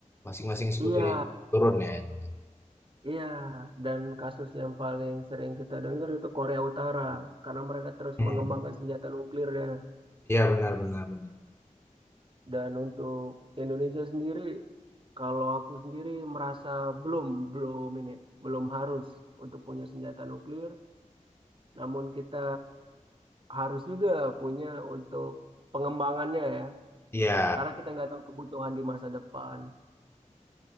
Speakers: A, on the left (about 20°); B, on the right (about 40°).
A: Masing-masing sekutunya
B: iya,
A: turun ya juga.
B: iya. Dan kasus yang paling sering kita dengar itu Korea Utara, karena mereka terus
A: Hmm,
B: mengembangkan senjata nuklirnya.
A: iya benar benar benar.
B: Dan untuk Indonesia sendiri, kalau aku sendiri merasa belum, belum ini, belum harus untuk punya senjata nuklir, namun kita harus juga punya untuk pengembangannya ya,
A: Iya,
B: karena kita nggak tahu kebutuhan di masa depan.